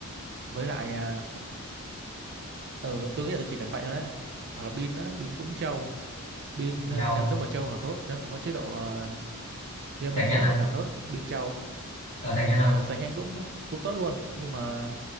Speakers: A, on the right (about 50°); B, on the left (about 30°).
A: với lại ờ, ừ, tôi nghĩ là tôi chỉ cần vậy thôi đấy hoặc là pin á pin cũng trâu pin
B: Minh
A: ờ,
B: Châu.
A: nếu nếu mà trâu càng tốt nếu mà có chế độ ờ, gaming
B: Sạc nhanh
A: mode
B: à?
A: là càng tốt pin trâu
B: Còn sạc nhanh không?
A: Ờ, sạc nhanh cũng cũng tốt luôn nhưng mà